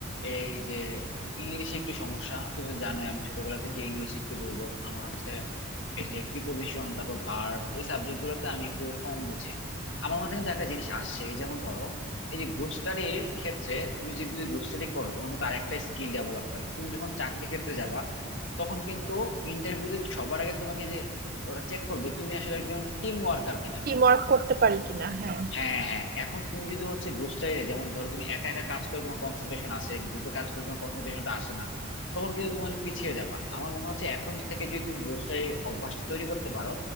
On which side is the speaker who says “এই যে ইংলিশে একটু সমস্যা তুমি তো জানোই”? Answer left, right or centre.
Left